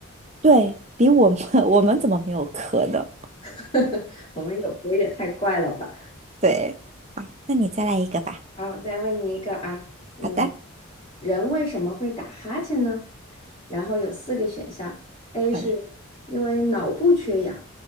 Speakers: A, on the right; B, on the left.
A: 对，比我们 <laughs> 我们怎么没有壳呢？
B: <laughs> 我们有时候也太怪了吧？
A: 对，啊，那你再来一个吧。
B: 好，再问你一个啊，嗯，
A: 好的，
B: 人为什么会打哈欠呢？然后有四个选项：A 是因为脑部缺氧
A: 好嘞。